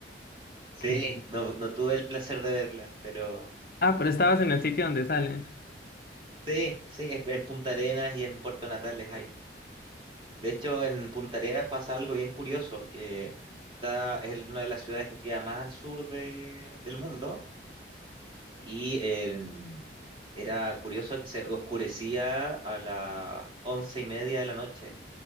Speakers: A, on the right; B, on the left.
A: Sí,
B: que,
A: no, no tuve el placer de verla, pero
B: ah, pero estabas en el sitio donde salen,
A: sí, sí, es- en Punta Arenas y en Puerto Natales hay. De hecho, en Punta Arenas pasa algo bien curioso, que está, es una de las ciudades que queda más al sur de- del mundo Y em, era curioso que se oscurecía a las once y media de la noche.